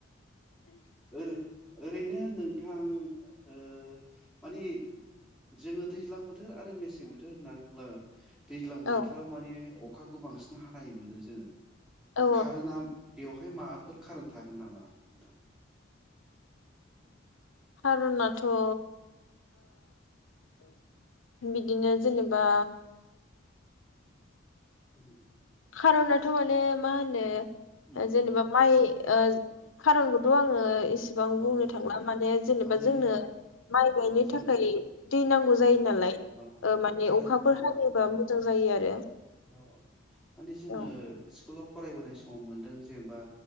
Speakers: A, in the centre; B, on the left.
A: <unintelligible> ओरैनो नोंथां ओ मानि जोङो दैज्लां बोथोर आरो मेसें बोथोर होनना बुंब्ला दैज्लां
B: औ
A: बोथोराव माने अ खाखौ बांसिन हानाय मोनो जोङो।
B: औ
A: खारु ना बेवहाय माबाफोर कारोन थागोन नामा नोंथां?
B: कारनाथ' ओ बिदिनो जेनेबा
A: उम
B: खारनाथ' माने मा होनो
A: उम
B: ओ जेनेबा माइ ओ खारनखौथ' आङो इसेबां
A: औ
B: बुंनो
A: औ
B: थांला माने जेनेबा
A: माने
B: जोंनो माइ गायनो
A: औ जों
B: थाखाय दै नांगौ
A: औ
B: जायो नालाय
A: औ
B: ओ माने
A: आरो
B: अखाफोर हायोबा
A: औ
B: मोजां जायो आरो। <unintelligible>
A: औ औ माने जोङो
B: औ
A: स्कुलाव फरायबोनाय समाव मोनदों जेनेबा